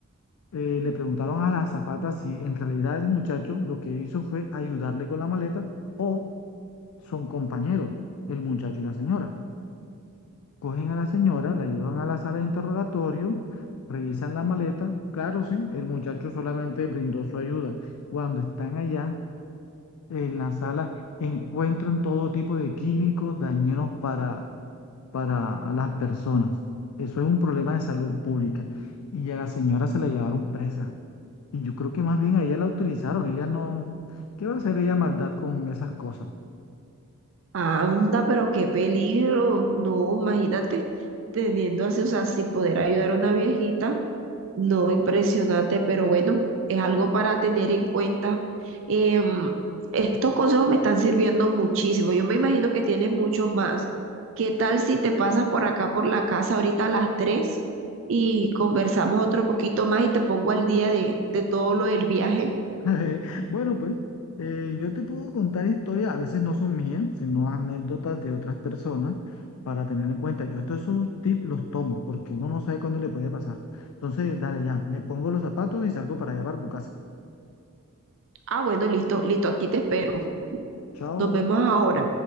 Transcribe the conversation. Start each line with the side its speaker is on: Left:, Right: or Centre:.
Left: Eh, le preguntaron a la azafata si en realidad el muchacho lo que hizo fue ayudarle con la maleta o son compañeros, el muchacho y la señora. Cogen a la señora, la llevan a la sala de interrogatorio, revisan la maleta. Claro, sí, el muchacho solamente brindó su ayuda. Cuando están allá en la sala, encuentran todo tipo de químicos dañinos para, para a las personas. Eso es un problema de salud pública. Y a la señora se la llevaron presa. Y yo creo que más bien a ella la utilizaron. Ella no... ¿Qué va a hacer ella maldad con esas cosas?
Right: Anda, pero qué peligro. No, imagínate teniendo así, o sea, sin poder ayudar a una viejita. No, impresionante, pero bueno, es algo para tener en cuenta. Em, estos consejos me están sirviendo muchísimo. Yo me imagino que tienes muchos más. ¿Qué tal si te pasas por acá, por la casa, ahorita a las 3 y conversamos otro poquito más y te pongo al día de, de todo lo del viaje?
Left: <laughs> Bueno, pues eh, yo te puedo contar historias, a veces no son mías, sino anécdotas de otras personas para tener en cuenta. Yo estos esos tips los tomo porque uno no sabe cuándo le puede pasar. Entonces, dale ya, me pongo los zapatos y salgo para allá para tu casa.
Right: Ah, bueno, listo, listo, aquí te espero.
Left: Chao.
Right: Nos vemos ahora.